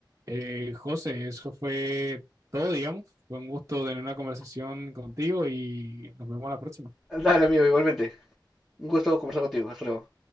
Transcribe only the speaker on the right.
Eh, José, eso fue todo, digamos. Fue un gusto tener una conversación contigo y nos vemos a la próxima.